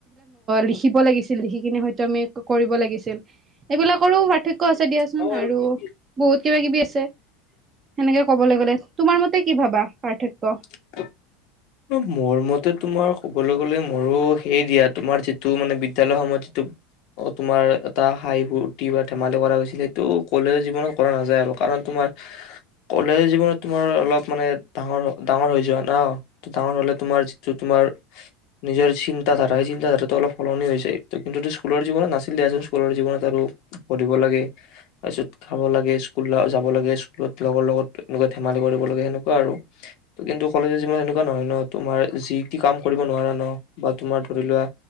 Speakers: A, on the right; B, on the left.
A: লিখিব লাগিছিল। লিখি- কিনি হয়তো আমি কৰিব লাগিছিল। এইবিলাকৰো পাৰ্থক্য। ক আছে দিয়াচোন
B: মাজত
A: আৰু বহুত কিবা কিবি আছে। সেনেকে ক'বলৈ গ'লে। তোমাৰ মতে কি ভাবা পাৰ্থক্য?
B: <unintelligible> মোৰ মতে তোমাৰ কবলৈ গলে, মোৰো সেই দিয়া তোমাৰ যিটো মানে বিদ্য়ালয়ৰ সময়ত যিটো তোমাৰ এটা হাঁহি ফূৰ্তি বা ধেমালি কৰা হৈছিল, সেইটো কলেজৰ জীৱনত কৰা নাযায় আৰু। কাৰণ তোমাৰ কলেজৰ জীৱনত তোমাৰ অলপ মানে ডাঙৰ ডাঙৰ হৈ যোৱা ন। ত ডাঙৰ হলে তোমাৰ যিটো তোমাৰ নিজৰ চিন্তা ধাৰা, সেই চিন্তা ধাৰাটো অলপ সলনি হৈ যায়। ত কিন্তু স্কুলৰ জীৱনত নাছিল দিয়াচোন স্কুলৰ জীৱনত আৰু পঢ়িব লাগে তাৰপিছত খাব লাগে স্কুল যাব লাগে স্কুলত লগৰ লগত এনেকুৱা ধেমালি কৰিব লাগে সেনেকুৱা আৰু। ত কিন্তু কলেজৰ জীৱন। নহয় ন তোমাৰ যি কাম কৰিব নোৱাৰা ন। বা তোমাৰ ধৰি লোৱা